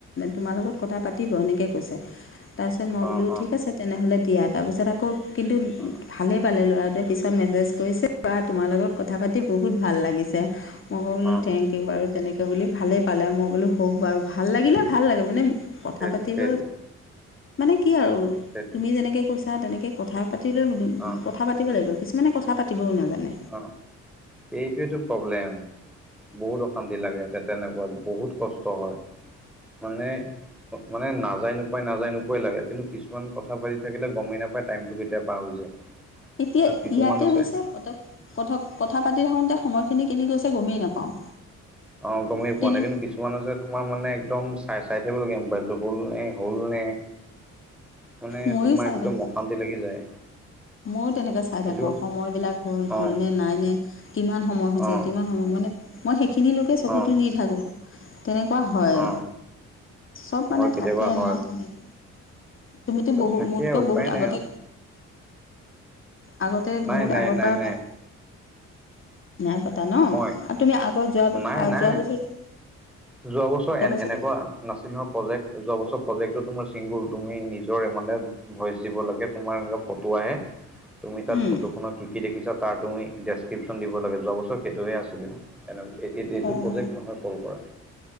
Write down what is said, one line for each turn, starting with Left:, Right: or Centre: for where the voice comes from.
Left: তোমাৰ লগত কথা পাতিব এনেকে কৈছে তাৰপিছত মই
Centre: অ',
Left: বোলো
Centre: অ',
Left: ঠিক আছে তেনেহ'লে দিয়া তাৰপিছত আকৌ কিন্তু
Centre: অ',
Left: ভালেই পালে ল'ৰা পিছত মেছেজ কৰিছে বা তোমাৰ লগত কথা পাতি বহুত ভাল লাগিছে। মই ক'লোঁ
Centre: অ', অ'।
Left: থেংক ইউ বাৰু তেনেকৈ বুলি ভালেই পালে মই বোলো হওক বাৰু ভাল লাগিলে ভাল লাগে মানে কথা
Centre: সেইটো
Left: পাতিব
Centre: সেইটোৱে
Left: মানে কি আৰু
Centre: সেইটোৱে
Left: তুমি যেনেকে কৈছা তেনেকে কথা পাতিলে বুলো
Centre: অ',
Left: কথা পাতিব লাগিব কিছ মানে কথা পাতিবও নাজানে।
Centre: অ', সেইটোৱেতো প্ৰব্লেম। বহুত অশান্তি লাগে তে-তেনেকুৱাত বহুত কষ্ট হয়। মানে মানে নাজায় নো নাযায় নোপোৱাই লাগে কিন্তু কিছুমান কথা পাতি থাকিলে গমেই নাপায় টাইমটো কেতিয়া পাৰ হৈ যায়।
Left: এতিয়া
Centre: আৰু কিছুমান
Left: ইয়াতে
Centre: আছে
Left: হৈছে পতক কথক কথা পাতি থাকোতে সময়খিনি কিনি গৈছে গমেই নাপাওঁ।
Centre: অ', গমেই
Left: তেনে
Centre: পোৱা নাই কিন্তু কিছু মান আছে তোমাৰ মানে একদম চাই চাই থাকিব লগীয়া হয় মোবাইলটো হ'ল নে হ'ল নে। মানে
Left: ময়ো
Centre: তোমাৰ
Left: চাই
Centre: একদম
Left: থাকোঁ
Centre: অশান্তি লাগি যায়।
Left: ময়ো তেনেকৈ চাই
Centre: কিন্তু
Left: থাকোঁ সময়বিলাক হ'ল হ'লনে
Centre: অ
Left: নাই নে। কিমান সময় হৈছে
Centre: অ
Left: কিমান সময় মানে মই সেইখিনি লৈকে চকুতো
Centre: অ
Left: নি থাকো। তেনেকুৱা হয়,
Centre: অ
Left: চব মানে
Centre: হয় কেতিয়াবা
Left: থাকে
Centre: হয়
Left: ন তেনেকে। তুমিতো
Centre: ত
Left: বহু
Centre: থাকে
Left: মোতকৈ
Centre: উপায়
Left: বহুত
Centre: নাই
Left: আগতে
Centre: আৰু
Left: আগতে
Centre: নাই
Left: বহুত
Centre: নাই
Left: আগৰ
Centre: নাই
Left: পৰা
Centre: নাই
Left: পাত নাই পাত তা ন
Centre: মই
Left: আৰু তুমি আগত যোৱা
Centre: নাই নাই
Left: যোৱাৰ বছৰতো যোৱাৰ
Centre: যোৱা বছৰ এ
Left: বছৰতো
Centre: এনেকুৱা নাছিল ন প্ৰজেক্ট যোৱা বছৰ প্ৰজেক্টটো তোমাৰ চিংগুল তুমি নিজৰে মানে ভইচ দিব লাগে। তোমাৰ এনেকুৱা ফটো আহে।
Left: <inaudible>
Centre: তুমি তাত
Left: উম,
Centre: ফটো খনত কি কি দেখিছা তাৰ তুমি ডেছক্ৰিপশ্যন দিব লাগে যোৱা বছৰ সেইটোৱে আছিলে। এনেক এই-এই-এইটো
Left: অঁ
Centre: প্ৰজেক্ট নহয় কল কৰা।